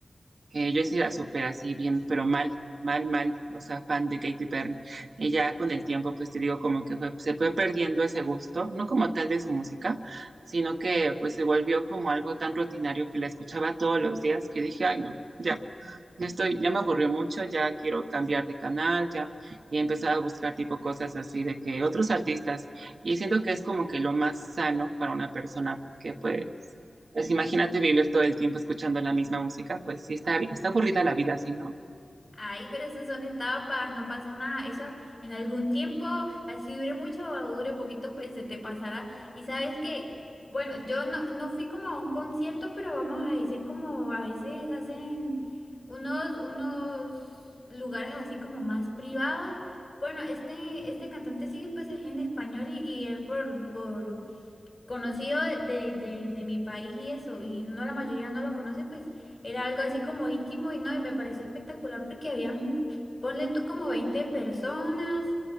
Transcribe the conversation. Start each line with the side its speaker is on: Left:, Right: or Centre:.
Right: que yo sí la super así bien, pero mal, mal, mal, o sea, fan de Katy Perry, y ya con el tiempo, pues te digo, como que fue- se fue perdiendo ese gusto, no como tal de su música, sino que, pues se volvió como algo tan rutinario que la escuchaba todos los días que dije, ay, no, ya. Yo estoy, ya me aburrió mucho, ya quiero cambiar de canal, ya he empezado a buscar tipo cosas así de que otros artistas, y siento que es como que lo más sano para una persona, porque pues, pues imagínate vivir todo el tiempo escuchando la misma música, pues sí está, está aburrida la vida así, ¿no?
Left: Ay, pero esas son etapas, no pasa nada. Eso en algún tiempo, así dure mucho o dure poquito, pues se te pasará. Y sabes que, bueno, yo no, no fui como a un concierto, pero vamos a decir como a veces hacen unos, unos lugares así como más privados. Bueno, este, este cantante sí, pues es en español y, y es por, por conocido de, de, de mi país y eso, y no la mayoría no lo conoce, pues era algo así como íntimo y no, y me pareció espectacular porque habían, ponle tú como 20 personas